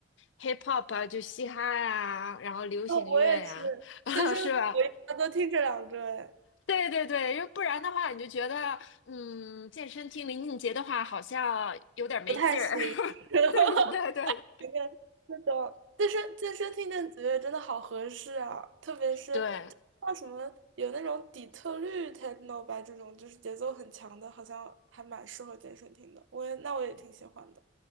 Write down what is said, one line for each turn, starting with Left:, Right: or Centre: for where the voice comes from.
Left: hip hop 啊，就嘻哈呀、然后流行乐呀、
Right: 哦，我也是，健身我一般都听这两个，
Left: <laughs> 是吧？
Right: 哎，
Left: 对对对，因为不然的话，你就觉得嗯，健身听林俊杰的话，好像有点没劲儿。
Right: 不太行。<laughs>
Left: <laughs> 对对对对
Right: 那个那种健身健身听电子乐真的好合适啊，特别是
Left: 对。
Right: 像什么有那种底特律 techno 吧，这种就是节奏很强的，好像还蛮适合健身听的。我也那我也挺喜欢的。